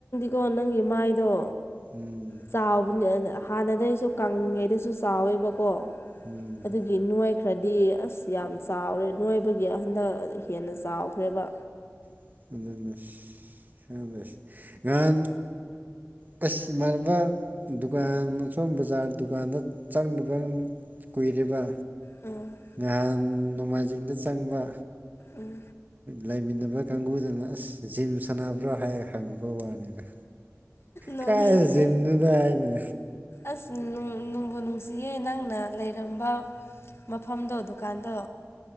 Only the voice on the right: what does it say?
ꯎꯝ
ꯎꯝ
<unintelligible> <unintelligible> ꯉꯍꯥꯟ ꯑꯩꯁ ꯏꯃꯥꯟꯅꯕ ꯗꯨꯀꯥꯟ ꯑꯣꯝ ꯕꯖꯥꯔ ꯗꯨꯀꯥꯟꯗ ꯆꯪꯗꯕ ꯀꯨꯏꯔꯤꯕ
ꯅꯍꯥꯟ ꯅꯣꯡꯃꯥꯏꯖꯤꯡꯗ ꯆꯪꯕ
ꯂꯩꯃꯤꯟꯅꯕ ꯀꯥꯡꯕꯨꯗꯅ ꯑꯁ ꯖꯤꯝ ꯁꯥꯟꯅꯕ꯭ꯔꯣ ꯍꯥꯏꯔ ꯈꯪꯕ ꯋꯥꯅꯤꯗ
ꯀꯥꯏ ꯖꯤꯝꯗꯨꯗ ꯍꯥꯏꯅꯦ